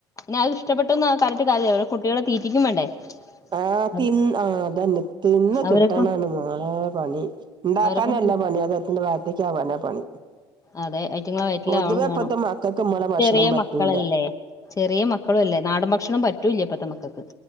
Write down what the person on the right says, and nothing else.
ആ
തിന്ന് ആ അതന്നെ തിന്ന്
കിട്ടാനാണ് മോളെ പണി ഉണ്ടാക്കാന
ല്ല
പണി <unintelligible> വായത്തേക്കാവാനാ പണി.
പൊതുവെ ഇപ്പത്തെ
മക്കൾക്ക് നമ്മളെ ഭക്ഷണം
പറ്റൂല